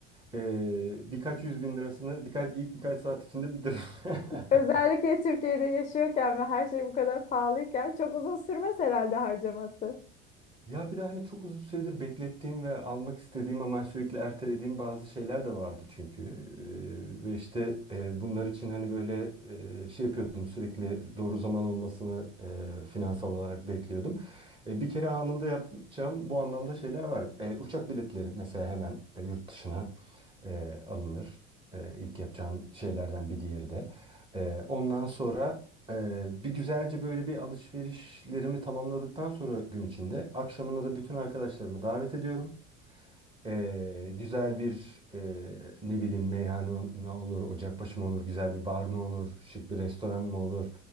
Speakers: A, on the right; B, on the left.
A: e, birkaç yüz bin lirasını birkaç ilk birkaç saat içinde bitiririm. <laughs>
B: Özellikle Türkiye'de yaşıyorken ve her şey bu kadar pahalıyken çok uzun sürmez herhalde harcaması.
A: Ya bir de hani çok uzun süredir beklettiğim ve almak istediğim ama sürekli ertelediğim bazı şeyler de vardı çünkü. Ee, ve işte e, bunlar için hani böyle e, şey yapıyordum sürekli doğru zaman olmasını e, finansal olarak bekliyordum. E, bir kere anında yapacağım bu anlamda şeyler var. E, uçak biletleri mesela hemen e, yurt dışına e, alınır. E, ilk yapacağım şeylerden bir diğeri de. E, ondan sonra ee, bir güzelce böyle bir alışverişlerimi tamamladıktan sonra gün içinde akşamına da bütün arkadaşlarımı davet ediyorum. Ee, güzel bir e, ne bileyim meyhane ol- olur, ocakbaşı mı olur, güzel bir bar mı olur, şık bir restoran mı olur,